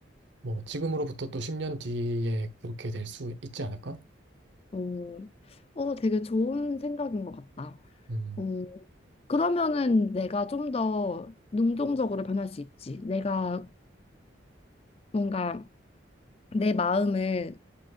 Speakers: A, on the right (about 65°); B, on the left (about 30°).
A: 뭐 지금으로부터 또 10년 뒤에 그렇게 될 수 있지 않을까?
B: 어, 어, 되게 좋은 생각인 것 같다.
A: 음,
B: 어, 그러면은 내가 좀 더 능동적으로 변할 수 있지. 내가 뭔가 내 마음을